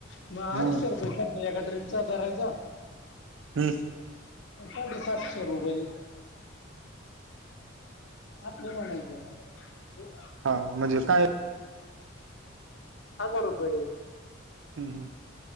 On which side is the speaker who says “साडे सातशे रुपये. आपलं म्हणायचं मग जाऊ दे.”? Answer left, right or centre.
Left